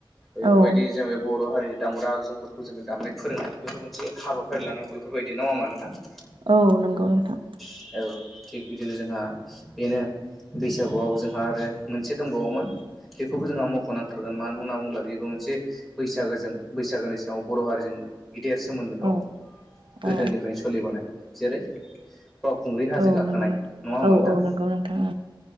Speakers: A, in the centre; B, on the right.
A: बेफोरबायदि
B: औ
A: जों बे बर' हारिनि दामग्रा आगजुफोरखौ जोङो दामनाय फोरोंनाय बेफोर मोनसे हाबाफारि लानांगौ बेफोरबायदि नङा होनबा नोंथां?
B: औ नंगौ नोंथां।
A: औ थिग बिदिनो जोंहा बेनो बैसागुआव जोंहा आरो मोनसे दंबावोमोन। बेखौबो जोंहा मख'नांथारगोन मानो होनना बुङोब्ला बेबो मोनसे बैसागोजों बैसागोनि सायाव बर' हारिजों गिदिर सोमोन्दो
B: औ
A: दं गोदोनिफ्रायनो
B: औ
A: सोलिबोनाय जेरै <unintelligible> खुंग्रि हाजो
B: औ
A: गाखोनाय
B: नंगौ नों
A: नङा होमबा
B: औ
A: नोंथां
B: औ नंगौ नोंथां